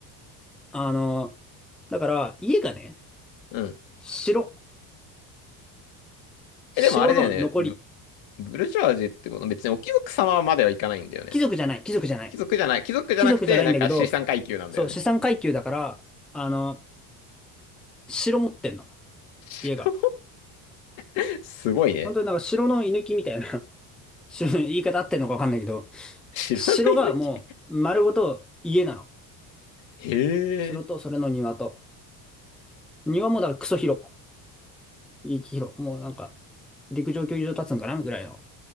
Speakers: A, in the centre; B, on the left (about 60°).
A: あの、だから、家がね、
B: うん。
A: 城、城の残り、
B: え、でもあれだよね。ブ、ブルジョワジーってこと別にお貴族様まではいかないんだよね。
A: 貴族じゃない、貴族じゃない。
B: 貴族じゃない、貴族じゃなくて、
A: 貴族じゃないんだけど、
B: なんか資産階級なんだよね。
A: そう、資産階級だから、あの、城持ってんの。
B: <laughs> 知らん
A: 家が。
B: <laughs> すごいね。
A: 本当になんか城の居抜きみたいな <laughs> 城言い方あってんのかわかんないけど、
B: 知らない抜き。
A: 城がもう丸ごと家なの。
B: へ
A: 城とそれの庭と。
B: え、
A: 庭もだからクソ広。激広。もうなんか、陸上競技場立つんかなぐらいの。